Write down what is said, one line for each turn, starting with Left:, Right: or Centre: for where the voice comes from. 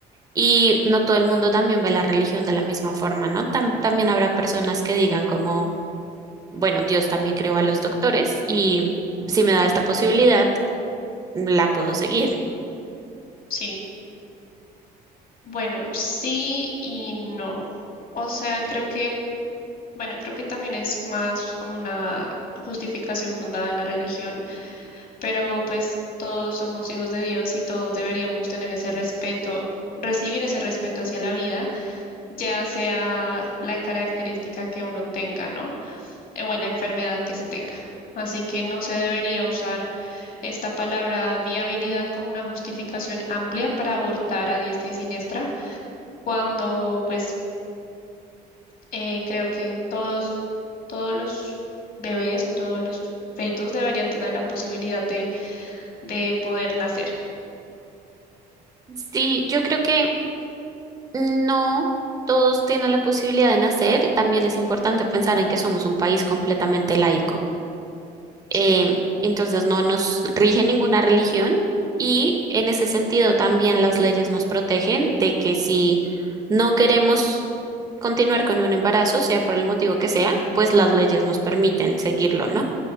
Right: y no todo el mundo también ve la religión de la misma forma, ¿no? Tam- también habrá personas que digan como, bueno, Dios también creó a los doctores y si me da esta posibilidad, la puedo seguir.
Left: Sí, bueno, sí y no. O sea, creo que, bueno, creo que también es más como una justificación fundada en la religión, pero pues todos somos hijos de Dios y todos deberíamos tener ese respeto. recibir ese respeto hacia la vida, ya sea la característica que uno tenga, ¿no? eh, o en la enfermedad que se tenga. Así que no se debería usar esta palabra viabilidad como una justificación amplia para abortar a diestra y siniestra, cuando pues eh, creo que todos, todos los bebés o todos los fetos deberían tener la posibilidad de, de poder nacer.
Right: Sí, yo creo que no todos tienen la posibilidad de nacer y también es importante pensar en que somos un país completamente laico. eh,
Left: Sí.
Right: entonces no nos rige ninguna religión y en ese sentido también las leyes nos protegen de que si no queremos continuar con un embarazo, sea por el motivo que sea, pues las leyes nos permiten seguirlo, ¿no?